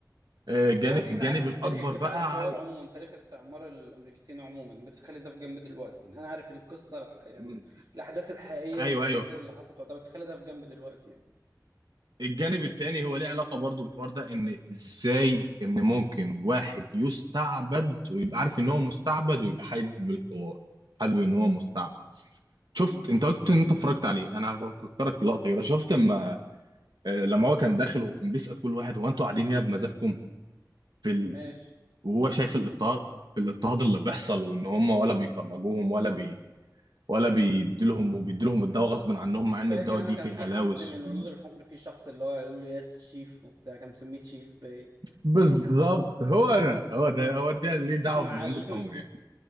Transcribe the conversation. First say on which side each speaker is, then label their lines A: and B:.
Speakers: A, on the right; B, on the right.
A: آه، جانب
B: هو انا
A: الجانب
B: كده عارف
A: الاكبر
B: التاريخ بتاع
A: بقى
B: الحوار
A: على
B: عموما تاريخ استعمار الامريكتين عموما بس خلي ده في جنب دلوقتي يعني انا عارف القصه الح- يعني
A: م-
B: الاحداث الحقيقيه
A: ايوه
B: والمجازر
A: ايوه
B: اللي حصلت وقتها بس خلي ده في جنب دلوقتي يعني
A: الجانب التاني هو ليه علاقه برضو بالحوار ده ان ازاي ان ممكن واحد يستعبد ويبقى عارف ان هو مستعبد ويبقى حابب الحوار حابب ان هو مستعبد شفت
B: مم.
A: انت قلت ان انت اتفرجت عليه انا بفكرك بلقطه كده شفت اما آه، لما هو كان داخل وكان بيسأل كل واحد هو انتوا قاعدين هنا بمزاجكم في ال...
B: ماشي
A: وهو شايف الاضطهاد في الاضطهاد اللي بيحصل وان هم ولا بيفرجوهم ولا بي ولا بيديلهم وبيديلهم الدواء غصب عنهم مع ان
B: فاكر
A: الدواء
B: انا
A: دي
B: كان
A: فيه
B: في
A: هلاوس
B: حد من الهنود
A: و...
B: الحمر في شخص اللي هو يقول له يس شيف وبتاع كان مسميه شيف باين
A: بالظبط هو ده هو ده هو ده
B: <laughs>
A: ليه دعوه
B: معلم
A: بالهنود بالفيلم الحمر
B: الكبير
A: يعني